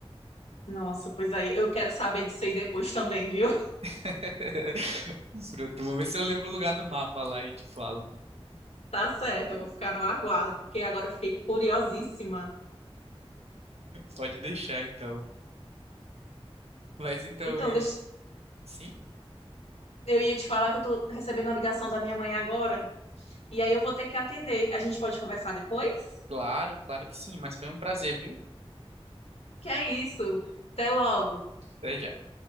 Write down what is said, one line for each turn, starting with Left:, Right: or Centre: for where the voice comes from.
Left: Nossa, pois aí eu quero saber disso aí depois também, viu?
Right: <laughs> Pronto, vou ver se eu lembro o lugar do mapa lá e te falo.
Left: Tá certo,
Right: <laughs>
Left: eu vou ficar no aguardo, porque agora eu fiquei curiosíssima.
Right: Pode deixar, então. Mas então,
Left: Então, deixa-
Right: sim,
Left: eu ia te falar que eu tô recebendo uma ligação da minha mãe agora, e aí eu vou ter que atender. A gente pode conversar depois?
Right: claro, claro que sim, mas foi um prazer, viu?
Left: Que é isso. Até logo.
Right: Até já.